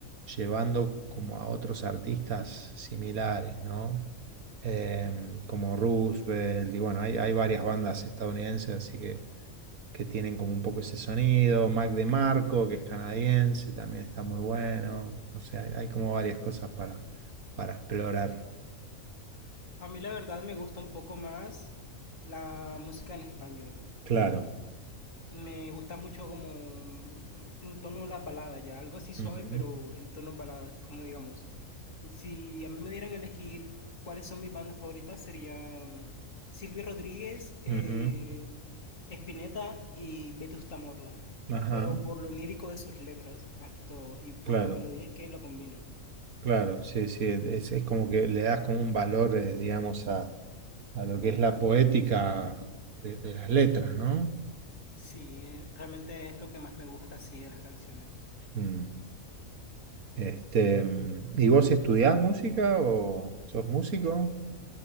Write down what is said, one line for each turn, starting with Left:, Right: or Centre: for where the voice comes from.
Right: llevando como a otros artistas similares, ¿no? Em, como Roosevelt, y bueno, hay, hay varias bandas estadounidenses, así que, que tienen como un poco ese sonido, Mac DeMarco, que es canadiense, también está muy bueno, O sea, hay, hay como varias cosas para, para explorar.
Left: A mí la verdad me gusta un poco más la música en español.
Right: Claro,
Left: Me gusta mucho como un tono de las baladas ya, algo así suave
Right: Ujú,
Left: pero en tonos baladas, como digamos. Si a mí me dieran a elegir cuáles son mis bandas favoritas sería mm, Silvio Rodríguez, eh,
Right: ujú,
Left: Spinetta y Vetusta Morla,
Right: Ajá.
Left: pero por lo lírico de sus letras más que todo y por
Right: claro.
Left: las melodías que lo combinan.
Right: Claro, sí, sí, es, es como que le das como un valor, eh, digamos, a, a lo que es la poética de, de las letras, ¿no?
Left: Sí, eh, realmente es lo que más me gusta así de las canciones.
Right: Mm. Este, mm, ¿y vos estudiás música o sos músico?